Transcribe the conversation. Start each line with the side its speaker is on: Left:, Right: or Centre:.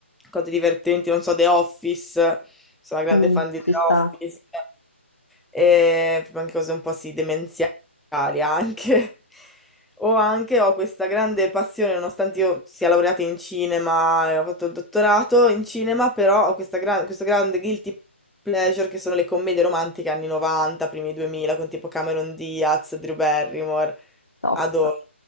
Centre: cose divertenti, non so, The Office, sono una grande
Left: Mm,
Centre: fan di
Left: ci
Centre: The
Left: sta,
Centre: Office, e anche cose un po' sì, demenziali anche. <laughs> O anche ho questa grande passione, nonostante io sia laureata in cinema e ho fatto il dottorato in cinema, però ho questa gran- questo grande guilty pleasure che sono le commedie romantiche anni 90, primi 2000, con tipo Cameron Diaz, Drew Barrymore.
Left: top.
Centre: Adoro,